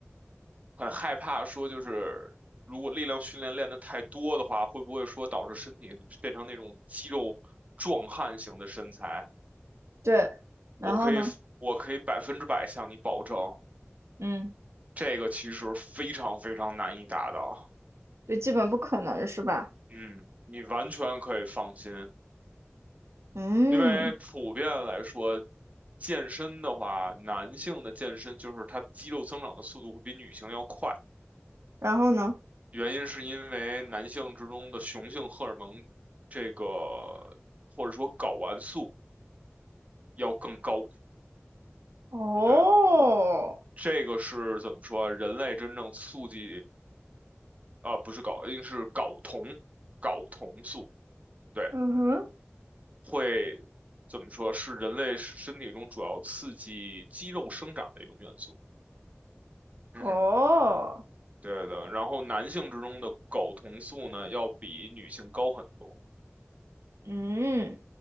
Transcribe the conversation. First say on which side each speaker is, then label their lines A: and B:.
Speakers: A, on the right; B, on the right.
A: 很害怕说，就是如果力量训练练得太多的话，会不会说导致身体变成那种肌肉壮汉型的身材？
B: 对。然后呢？
A: 我可以我可以百分之百向你保证，
B: 嗯，
A: 这个其实非常非常难以达到。
B: 就基本不可能是吧？
A: 嗯，你完全可以放心，
B: 嗯，
A: 因为普遍来说，健身的话，男性的健身就是他肌肉增长的速度会比女性要快，
B: 然后呢？
A: 原因是因为男性之中的雄性荷尔蒙这个或者说睾丸素要更高。
B: 哦，
A: 对，这个是怎么说啊人类真正促进。啊，不是睾，一定是睾酮，睾酮素，对，
B: 嗯哼，
A: 会怎么说是人类身体中主要刺激肌肉生长的一种元素。嗯，
B: 哦，
A: 对的。然后男性之中的睾酮素呢，要比女性高很多。
B: 嗯。